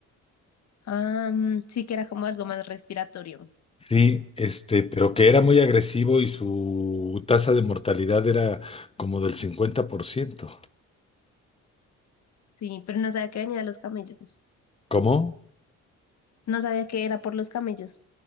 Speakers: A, on the left; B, on the left.
A: Ah, mm, sí que era como algo más respiratorio.
B: Sí, este, pero que era muy agresivo y su tasa de mortalidad era como del 50%.
A: Sí, pero no sabía que venía de los camellos.
B: ¿Cómo?
A: No sabía que era por los camellos.